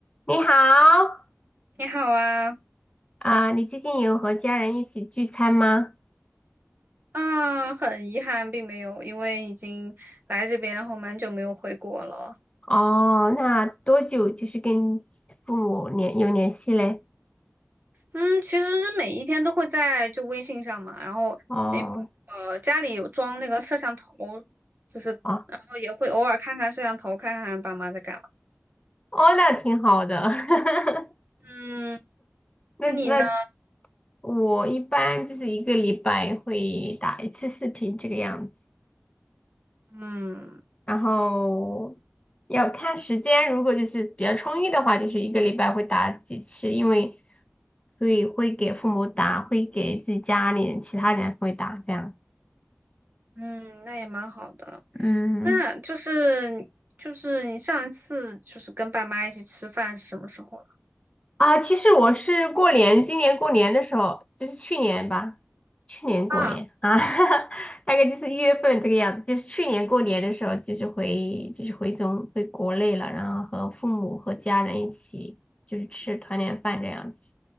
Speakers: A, on the left (about 25°); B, on the right (about 45°).
A: 你好，
B: 你好啊，
A: 啊、你最近有和家人一起聚餐吗？
B: 啊，很遗憾，并没有，因为已经来这边后蛮久没有回国了。
A: 哦，那多久就是跟父母联有联系嘞？
B: 嗯，其实每一天都会在就微信上嘛，然后因为呃家里有装那个摄像头，
A: 哦，
B: 就是然后也会偶尔看看摄像头，
A: 哦，
B: 看看爸妈在干嘛。
A: 哦，那挺好的。<laughs>
B: 嗯，
A: 那那
B: 那你呢？
A: 我一般就是一个礼拜会打一次视频这个样子，
B: 嗯
A: 然后要看时间，如果就是比较充裕的话，就是一个礼拜会打几次，因为会会给父母打，会给自己家里人、其他人会打这样。
B: 嗯，那也蛮好的。
A: 嗯。
B: 那就是就是你上一次就是跟爸妈一起吃饭是什么时候了？
A: 啊，其实我是过年，今年过年的时候，就是去年吧，去年过年啊，
B: 啊
A: <laughs> 大概就是一月份这个样子，就是去年过年的时候，就是回就是回中回国内了，然后和父母和家人一起就是吃团年饭这样子，